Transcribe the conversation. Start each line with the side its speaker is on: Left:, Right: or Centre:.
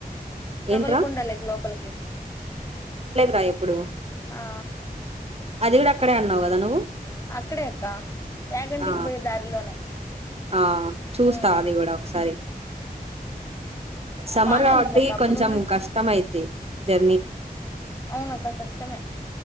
Left: రవల్కుండ
Right: ఏంట్రా
Left: లేక లోపలికి
Right: రా ఎప్పుడు
Left: ఆ
Right: అది కూడా అక్కడే అన్నావు కదా నువ్వు
Left: అక్కడే అక్క ఏయాగంటికి
Right: ఆ
Left: పోయి దారిలోనే
Right: ఆ చూస్తా
Left: ఉమ్
Right: అది కూడా ఒకసారి సమ్మర్
Left: బానే
Right: కాబట్టి
Left: ఉన్నిందక్క అప్పుడున్న
Right: కొంచెం కష్టం అయిది జర్నీ
Left: అవునక్క కష్టమే